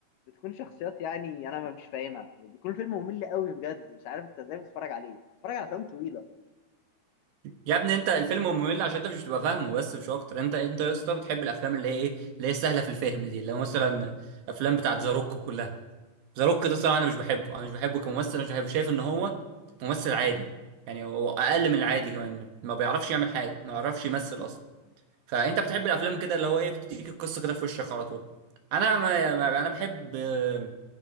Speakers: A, on the left (about 75°); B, on the right (about 70°).
A: بتكون شخصيات يعني انا ما مش فاهمها يعني بيكون فيلم ممل قوي بجد مش عارف انت ازاي بتتفرج عليه بتتفرج على افلام طويلة
B: يا ابني انت الفيلم ممل عشان انت مش بتبقى فاهمه بس مش اكتر انت انت يا اسطى بتحب الافلام اللي هي ايه اللي هي سهله في الفهم دي اللي هو مثلا افلام بتاعت ذا روك كلها ذا روك ده الصراحه انا مش بحبه انا مش بحبه كممثل انا مش بحبه شايف ان هو ممثل عادي يعني هو اقل من العادي كمان ما بيعرفش يعمل حاجه ما بيعرفش يمثل اصلا فانت بتحب الافلام كده اللي هو ايه بتديك القصه كده في وشك على طول انا ما ما- انا بحب آه،